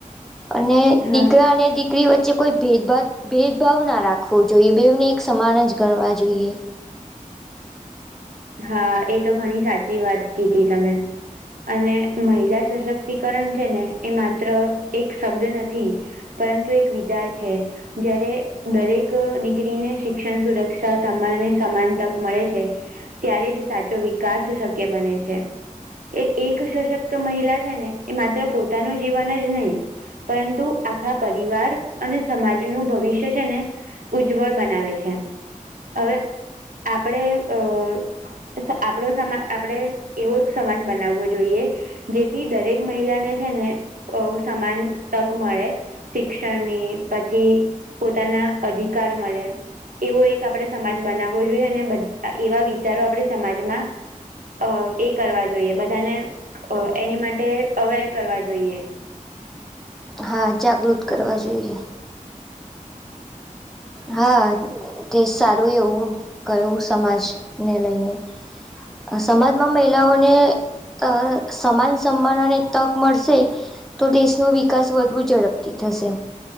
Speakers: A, in the centre; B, on the right.
A: અને દીકરા
B: હા
A: અને દી દીકરી વચ્ચે કોઈ ભેદભાત ભેદભાવ ના રાખવો જોઈએ બેવને એક સમાન જ ગણવા જોઈએ.
B: હા એ તો ઘણી સાચી વાત કીધી તમે. અને મહિલા સશક્તિકરણ છે ને એ માત્ર એક શબ્દ નથી પરંતુ એક વિચાર છે. જયારે દરેક દીકરીને શિક્ષણ સુરક્ષા સમાન અને સમાન તક મળે છે. ત્યારે જ સાચો વિકાસ શક્ય બને છે. એ એક સશક્ત મહિલા છે ને એ માત્ર પોતાનું જીવન જ નહીં. પરંતુ આખા પરિવાર અને સમાજનું ભવિષ્ય છે ને ઉજ્જવળ બનાવે છે હવે આપણે અ આપડો સમાજ આપડે એવો એક સમાજ બનાવવો જોઈએ. જેથી દરેક મહિલાને છે ને સમાન તક મળે. શિક્ષણ ની પછી પોતાના અધિકાર મળે. એવો એક આપણે સમાજ બનાવવો જોઈએ અને એવા વિચારો આપણે સમાજમાં. અ એ કરવા જોઈએ બધાને એની માટે અવેર કરવા જોઈએ.
A: હા જાગૃત કરવા જોઈએ. હા તે સારું એવું કયું સમાજને લઈને. સમાજમાં મહિલાઓને. અ સમાન સન્માનોને તક મળશે. તો દેશનો વિકાસ વધુ ઝડપથી થશે